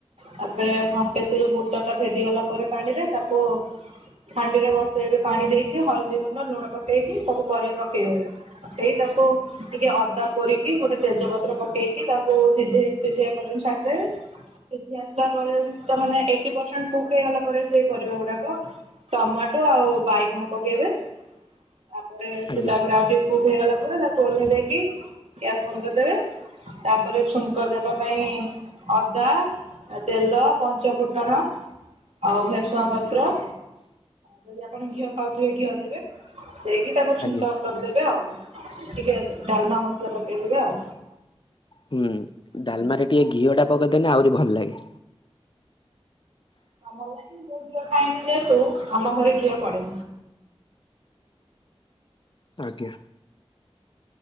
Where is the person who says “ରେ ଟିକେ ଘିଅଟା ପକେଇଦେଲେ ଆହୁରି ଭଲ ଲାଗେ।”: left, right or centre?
Left